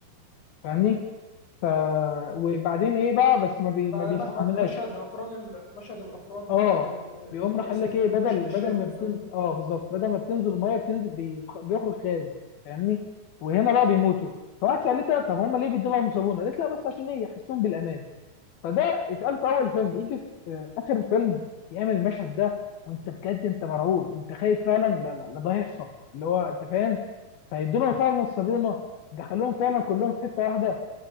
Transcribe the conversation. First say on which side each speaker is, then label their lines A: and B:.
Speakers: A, on the left; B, on the left.
A: فاهمني ف وبعدين ايه بقى بس ما بي
B: فما-
A: ما بيستحملناش
B: م- مشهد افران ال- مشهد الافران
A: اه
B: بتاع ال- الهولوكوست
A: بيقوم راح قال لك ايه
B: المشهد
A: بدل
B: الشهير
A: بدل
B: في
A: ما
B: الفيلم
A: بتنزل اه بالظبط بدل ما بتنزل الميه بتنزل بيتخ- بيخرج غاز فاهمني وهنا بقى بيموتوا فواحد سالتها طب هم ليه بيدوا لهم صابونه قالت لا بس عشان ايه يحسون بالامان فده اتقال في اول فيلم يجي في آه، اخر الفيلم يعمل المشهد ده وانت بجد انت مرعوب انت خايف فعلا لا لا لا ده هيحصل اللي هو انت فاهم فيدوا لهم فعلا الصابونه دخلوهم فعلا كلهم في حته واحده